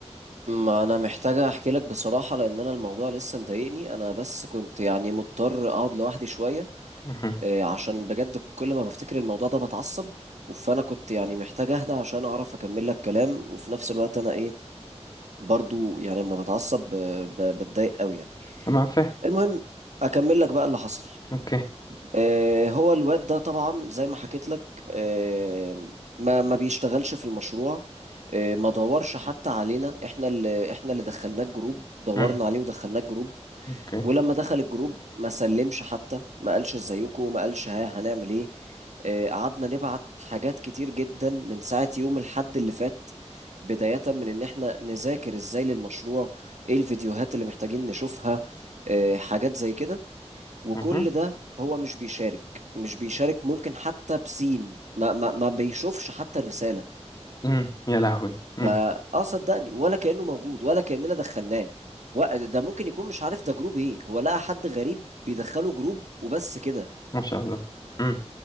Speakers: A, on the right; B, on the left.
A: ما انا محتاجة احكي لك بصراحة لان انا الموضوع لسه مضايقني انا بس كنت يعني مضطر اقعد لوحدي شوية
B: مهم.
A: آه، عشان بجد كل ما بفتكر الموضوع ده بتعصب فانا كنت يعني محتاج اهدى عشان اعرف اكمل لك كلام وفي نفس الوقت انا ايه برضو يعني لما بتعصب آه، ب- بتضايق قوي يعني
B: انا فاهم
A: المهم اكمل لك بقى اللي حصل
B: اوكي
A: آه، هو الواد ده طبعا زي ما حكيت لك آه، ما ما بيشتغلش في المشروع آه، ما دورش حتى علينا احنا اللي احنا اللي دخلناه الجروب دورنا
B: مم.
A: عليه ودخلناه الجروب
B: اوكي
A: ولما دخل الجروب ما سلمش حتى ما قالش ازيكم ما قالش ها هنعمل ايه آه، قعدنا نبعت حاجات كتير جدا من ساعة يوم الحد اللي فات بداية من ان احنا نذاكر ازاي للمشروع ايه الفيديوهات اللي محتاجين نشوفها آه، حاجات زي كده وكل
B: مهم.
A: ده هو مش بيشارك مش بيشارك ممكن حتى بسين ما ما ما بيشوفش حتى الرسالة
B: امم يا لهوي امم
A: فاه صدقني ولا كأنه موجود ولا كأننا دخلناه و- ده ممكن يكون مش عارف ده جروب ايه هو لقى حد غريب بيدخله جروب وبس كده
B: ما شاء الله امم